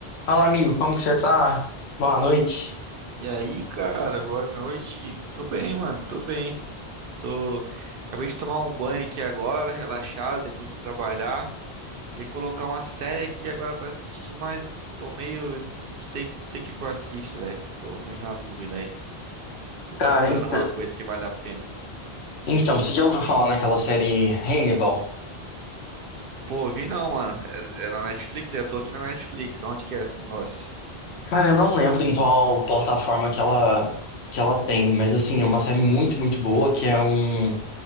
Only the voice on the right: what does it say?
E aí, cara, boa noite. Tô bem, mano, tô bem. Estou. Acabei de tomar um banho aqui agora, relaxado, depois de trabalhar. Ia colocar uma série aqui agora pra assistir, mas tô meio. Não sei, não sei o que que eu assisto, velho. Tô meio na dúvida aí. Tô
procurando
alguma coisa que vale a pena.
Pô, vi não, mano. É, é na Netflix? É, Eu tô aqui na Netflix. Onde que é esse negócio?